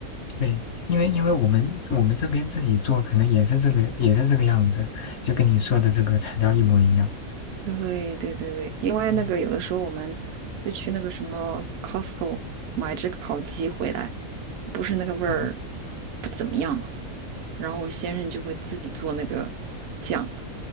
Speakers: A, on the left; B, on the right.
A: 对，因为因为我们我们这边自己做，可能也是这个也是这个样子，就跟你说的这个材料一模一样。
B: 对对对对，因为那个有的时候我们就去那个什么
A: 嗯
B: Costco 买只烤鸡回来，不是那个味儿
A: 啊
B: 不怎么样嘛，然后我先生就会自己做那个酱，